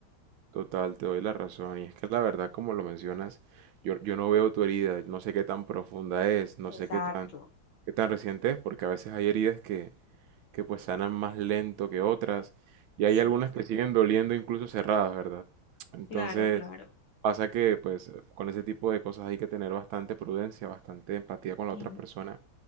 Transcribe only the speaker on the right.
Total, te doy la razón. Y es que la verdad, como lo mencionas, yo, yo no veo tu herida, no sé qué tan profunda es, no sé
qué tan, qué tan reciente es, porque a veces hay heridas que, que pues sanan más lento que otras, y
hay algunas que siguen doliendo incluso cerradas, ¿verdad? Entonces,
pasa que pues con ese tipo de cosas hay que tener bastante prudencia, bastante empatía con la
otra persona,